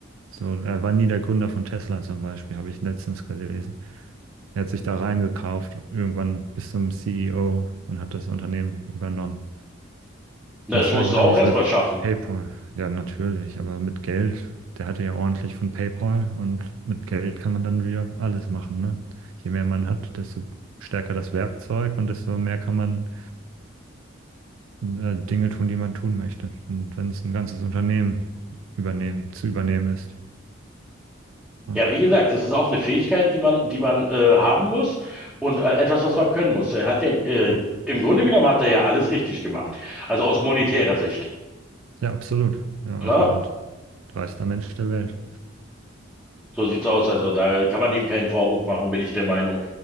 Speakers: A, on the right; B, in the centre.
A: so, er war nie der Gründer von Tesla zum Beispiel, habe ich letztens gelesen. Er hat sich da reingekauft, irgendwann bis zum CEO und hat das Unternehmen übernommen.
B: Na,
A: Und
B: das
A: das gleiche,
B: musst du
A: glaube
B: auch
A: ich,
B: erstmal
A: mit
B: schaffen.
A: PayPal. Ja, natürlich, aber mit Geld. Der hatte ja ordentlich von PayPal und mit Geld kann man dann wieder alles machen, ne? Je mehr man hat, desto stärker das Werkzeug und desto mehr kann man äh, Dinge tun, die man tun möchte. Und wenn es ein ganzes Unternehmen übernehmen, zu übernehmen ist. Ja,
B: Ja, wie gesagt, das ist auch eine Fähigkeit, die man, die man äh, haben muss und äh, etwas, was man können muss. Er hat ja, äh,
A: Ja.
B: im Grunde genommen hat er ja alles richtig gemacht. Also aus monetärer Sicht.
A: ja absolut. Ja,
B: Ne?
A: also und reichster Mensch der Welt.
B: So sieht's aus. Also da kann man ihm keinen Vorwurf machen, bin ich der Meinung.